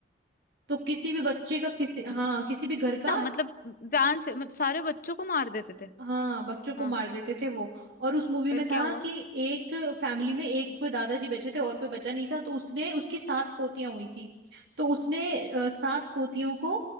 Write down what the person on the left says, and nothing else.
था मतलब जान से मतलब सारे बच्चों को मार देते थे
हाँ
फिर
क्या हुआ